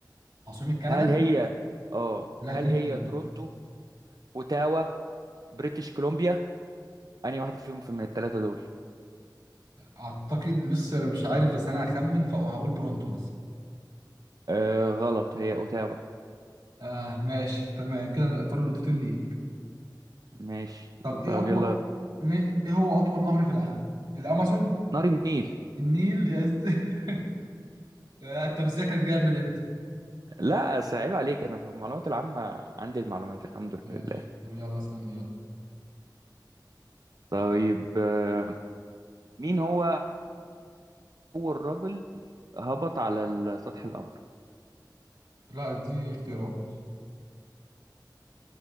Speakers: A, on the right; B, on the right.
A: عاصمة كندا
B: هل هي اه
A: لا
B: هل
A: اديني
B: هي
A: اختيارات
B: تورونتو اوتاوا بريتش كولومبيا انهي واحدة فيهم في من الثلاثة دول
A: اعتقد لسه مش عارف بس انا هخمن فهقول برونتو مثلا
B: آه غلط هي اوتاوا
A: آه ماشي تمام كده الفرق نقطتين ليك
B: ماشي
A: طب ايه
B: طب
A: اطول
B: يلا
A: م... ايه هو اطول نهر في العالم الامازون
B: نهر النيل
A: النيل يا زد... <laughs> انت مذاكر جامد انت
B: لا أصل عيب عليك انا في المعلومات العامة عندي المعلومات الحمد
A: ماشي
B: لله
A: طب يلا اسالني يلا
B: طيب آه، مين هو أول راجل هبط على ال- سطح القمر
A: لا اديني اختيارات